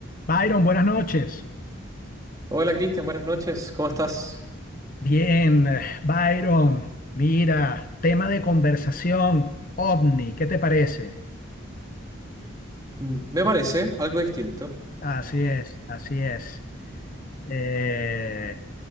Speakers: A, on the left; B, on the right.
A: Byron, buenas noches.
B: Hola Cristian, buenas noches, ¿cómo estás?
A: Bien, eh, Byron, mira, tema de conversación, ovni, ¿qué te parece?
B: Mm, Me parece algo distinto.
A: Así es, así es. Eh,